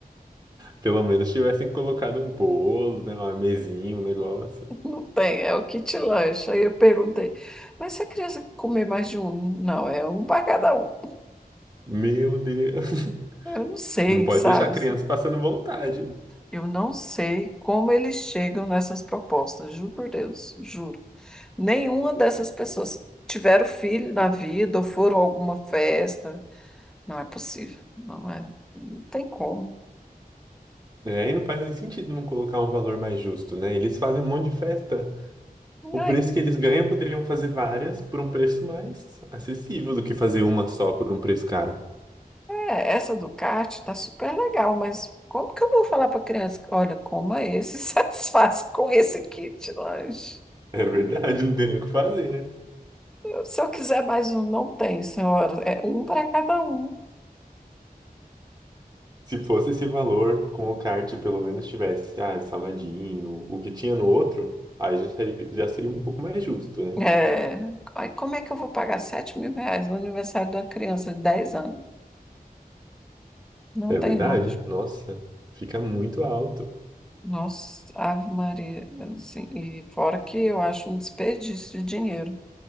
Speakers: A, on the right (about 25°); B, in the centre.
A: Pelo menos tivessem colocado um bolo, né? Uma mesinha, um negócio.
B: Não tem, é o kit lanche. Aí eu perguntei, mas se a criança comer mais de um? Não, é um para cada um.
A: Meu Deus.
B: Eu não sei,
A: <laughs> Não pode
B: sabe?
A: deixar a criança passando vontade.
B: Eu não sei como eles chegam nessas propostas, juro por Deus, juro. Nenhuma dessas pessoas tiveram filho na vida ou foram a alguma festa. Não é possível, não é. Não tem como.
A: É, e não faz nem sentido não colocar um valor mais justo, né? Eles fazem um monte de festa. O
B: Ai,
A: preço que eles ganham poderiam fazer várias por um preço mais acessível do que fazer uma só por um preço caro.
B: É, essa Ducati tá super legal, mas como que eu vou falar para criança? que, Olha, coma esse, <laughs> satisfaz com esse kit lanche.
A: É verdade, não tem nem o que fazer, né?
B: Se eu quiser mais um, não tem, senhora. É um para cada um.
A: Se fosse esse valor com o kart, pelo menos tivesse, ah, salgadinho, o que tinha no outro, aí já seria, já seria um pouco mais justo, né?
B: É, aí como é que eu vou pagar sete mil reais no aniversário de uma criança de 10 anos? Não
A: É
B: tem
A: verdade?
B: lógico.
A: Nossa, fica muito alto.
B: Nossa, Ave Maria. Assim, e fora que eu acho um desperdício de dinheiro.